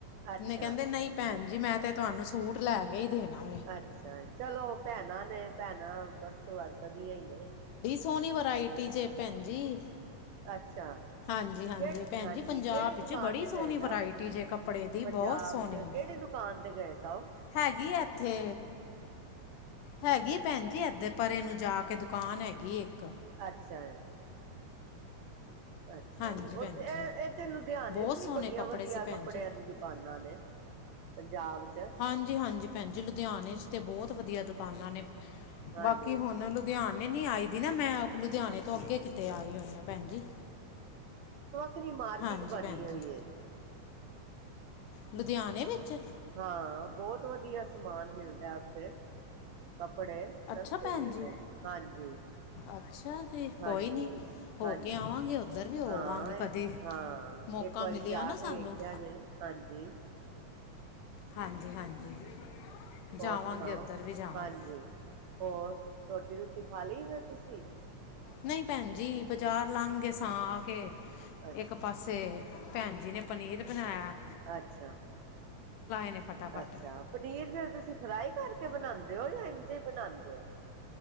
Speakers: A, on the right (about 65°); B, on the left (about 85°).
A: ਅੱਛਾ
B: ਨੇ ਕਹਿੰਦੇ ਨਹੀਂ ਭੈਨ ਜੀ ਮੈਂ ਤੇ ਤੁਆਨੂੰ ਸੂਟ ਲੈ ਕੇ ਹੀ ਦੇਣਾ ਵੇ
A: ਅੱਛਾ, ਚਲੋ ਭੈਨਾਂ ਨੇ ਭੈਨਾਂ ਆਪਸਚ ਵਰਤਨ ਦਿਆਂ ਈ ਨੇ
B: ਸੋਨੀ ਵਰਾਈ ਟੀ ਜੇ ਭੈਨ ਜੀ।
A: ਅੱਛਾ
B: ਹਾਂਜੀ, ਹਾਂਜੀ
A: ਕਿਹੜੇ
B: ਭੈਨ
A: ਹਾਂਜੀ
B: ਜੀ ਪੰਜਾਬ
A: ਕਿਹੜੀ
B: ਵਿਚ
A: ਦੁਕਾਨ
B: ਬੜੀ
A: ਤੇ
B: ਸੋਨੀ
A: ਗਏ ਸੋ
B: ਵਰਾਇਟੀ ਜੇ ਕੱਪੜੇ ਦੀ
A: ਪੰਜਾਬ
B: ਬੋਤ ਸੋਨੀ,
A: ਚ ਕਿਹੜੀ ਦੁਕਾਨ ਤੇ ਗਏ ਸੋ
B: ਹੈਗੀ ਐਥੇ ਹੈਗੀ ਭੈਨ ਜੀ ਏਦੇ ਪਰੇ ਨੂੰ ਜਾ ਕੇ ਦੁਕਾਨ ਹੈਗੀ ਏਕ।
A: ਅੱਛਾ। ਅੱਛਾ
B: ਹਾਂਜੀ
A: ਜੀ।
B: ਭੈਣ
A: ਓਥੇ
B: ਜੀ
A: ਐ ਐ ਤੇ ਲੁਦੇਆਨੇ
B: ਬਹੁਤ
A: ਚ ਹੀ
B: ਸੋਹਣੇ
A: ਬੜੀਆਂ
B: ਕੱਪੜੇ
A: ਵਦੀਆ
B: ਸੀ ਭੈਣ
A: ਕੱਪੜੇਆਂ
B: ਜੀ
A: ਦੀ ਦੁਕਾਨਾਂ ਨੇ। ਪੰਜਾਬ ਚ
B: ਹਾਂਜੀ, ਹਾਂਜੀ। ਭੈਨ ਜੀ ਲੁਦੇਆਨ ਚ ਤੇ ਬੋਤ ਵਦੀਆ ਦੁਕਾਨਾਂ ਨੇ।
A: ਹਾਂਜੀ
B: ਬਾਕੀ ਹੁਨ ਲੁਦੇਆ ਨਈ, ਨਈ ਆਈ ਦੀ ਨਾ ਮੈਂ ਆਪ ਲੁਦੇਆਣੇ ਤੋਂ, ਅੱਗੇ ਕਿਤੇ
A: ਹਾਂਜੀ
B: ਆਈ ਹੋਈ ਆਂ ਭੈਨ ਜੀ।
A: ਪੂਰੀ ਮਾਰਕਿਟ
B: ਹਾਂਜੀ
A: ਬਨੀ
B: ਭੈਣ ਜੀ
A: ਹੋਈ ਏ।
B: ਲੁਧੇਆਨੇ ਵਿੱਚ?
A: ਹਾਂ, ਬੋਤ ਵਦੀਆ ਸਮਾਨ ਮਿਲਦੈ ਓਥੇ। ਕੱਪੜੇ, ਸਸਤੇ
B: ਅੱਛਾ ਭੈਣ
A: ਮਿਲਦੇ
B: ਜੀ।
A: ਨੇ। ਹਾਂਜੀ,
B: ਅੱਛਾ ਜੀ
A: ਹਾਂਜੀ,
B: ਕੋਈ ਨਹੀਂ ਹੋ
A: ਹਾਂਜੀ
B: ਕੇ ਆਵਾਂਗੇ ਉੱਧਰ ਵੀ ਹੋਵਾਂਗੇ
A: ਹਾਂ-
B: ਕਦੀ
A: ਹਾਂ
B: ਮੌਕਾ
A: ਇੱਕ ਵਾਰੀ
B: ਮਿਲਿਆ
A: ਜਾ
B: ਨਾ ਸਾਨੂੰ
A: ਕੇ ਵੇਖਿਆ ਜੇ, ਹਾਂਜੀ।
B: ਹਾਂਜੀ, ਹਾਂਜੀ।
A: ਹੋਰ
B: ਜਾਵਾਂਗੇ
A: ਸੁਨਾਓ,
B: ਉੱਧਰ ਵੀ ਜਾਵਾਂਗੇ
A: ਹਾਂਜੀ। ਹੋਰ ਰੋਟੀ- ਰੁਟੀ ਖਾ ਲੀ ਫੇਰ ਤੁਸੀ?
B: ਨਹੀਂ ਭੈਨ ਜੀ, ਬਜਾਰ ਲੰਗ ਗੇ ਸਾਂ ਆ ਕੇ
A: ਅੱਛਾ,
B: ਏਕ ਪਾਸੇ ਭੈਨ ਜੀ ਨੇ ਪਨੀਰ ਬਨਾਏਆ
A: ਅੱਛਾ,
B: ਨੇ ਫਟਾਫਟ
A: ਅੱਛਾ ਪਨੀਰ ਫੇਰ ਤੁਸੀਂ ਫਰਾਈ ਕਰਕੇ ਬਨਾਂਦੇ ਦੇ ਹੋ? ਜਾਂ ਇੰਜੇ ਬਨਾਂਦੇ ਓ।